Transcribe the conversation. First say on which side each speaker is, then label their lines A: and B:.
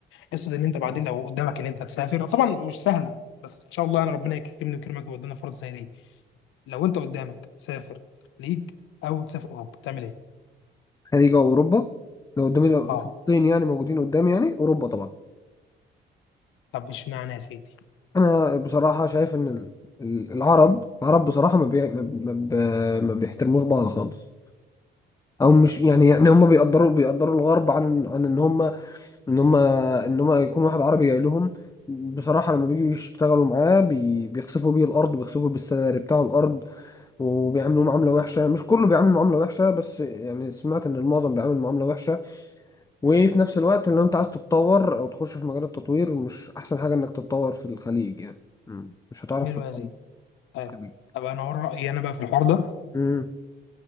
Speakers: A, on the left (about 85°); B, on the left (about 15°).
A: قصه ان انت بعدين لو قدامك ان انت تسافر طبعا مش سهله بس ان شاء الله انا ربنا يكرمني ويكرمك ويودينا فرص زي دي لو انت قدامك تسافر الخليج او تسافر اوروبا تعمل ايه؟
B: خليج اوروبا لو قدامي لو
A: اه
B: في الطين يعني موجودين قدامي يعني اوروبا طبعا
A: طب اشمعنى يا سيدي؟
B: انا بصراحه شايف ان ال- ال- العرب العرب بصراحه ما بي... ما ما ب... ما بيحترموش بعض خالص او مش يعني يعني هم بيقدروا بيقدروا الغرب عن عن ان هم ان هم ان هم يكون واحد عربي جاي لهم بصراحه لما بيجوا يشتغلوا معاه بي... بيخسفوا بيه الارض بيخسفوا بالسالري بتاع الارض وبيعاملوه معامله وحشه مش كله بيعامل معامله وحشه بس يعني سمعت ان المعظم بيعامل معامله وحشه وفي نفس الوقت لو انت عايز تتطور او تخش في مجال التطوير مش احسن حاجة انك تتطور في الخليج يعني مم. مش هتعرف
A: حلو
B: تتطور
A: يا سيدي أيوة.
B: في الخليج
A: طب انا اقول رايي انا بقى في الحوار ده
B: امم